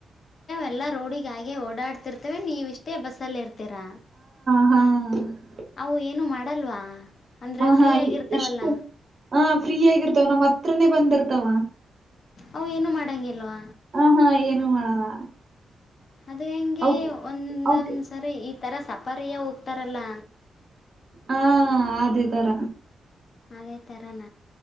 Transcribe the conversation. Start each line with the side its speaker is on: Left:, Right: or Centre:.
Left: ಎಲ್ಲ ರೋಡಿಗ ಆಗೆ ಓಡಾಡ್ತಿರ್ತೇವೆ ನೀವು ಇಷ್ಟೇ ಬಸ್ಸಲ್ಲಿ ಇರ್ತೀರಾ
Right: ಹ್ಮ
Left: ಅವು ಏನು ಮಾಡಲ್ವಾ ಅಂದ್ರೆ
Right: ಹ
Left: ಫ್ರೀ
Right: ಹಾ ಇ-
Left: ಆಗಿರ್ತಾವಲ್ಲ
Right: ಇಷ್ಟು ಹ ಫ್ರೀ ಆಗಿರ್ತವ ನಮ್ಮ ಹತ್ರನೆೇ ಬಂದಿರ್ತಾವ
Left: ಅವು ಏನು ಮಾಡಂಗಲ್ವಾ
Right: ಹ ಹಾ ಏನು ಮಾಡಲ್ಲ
Left: ಅದು ಹೆಂಗೆ
Right: ಅವಕ್
Left: ಒಂದೊಂದ್ಸರಿ
Right: ಅವಕ್
Left: ಈ ತರ ಸಪಾರಿಯ ಹೋಗ್ತಾರಲ್ಲ
Right: ಹಾ ಅದೇತರ
Left: ಅದೇ ತರಾನ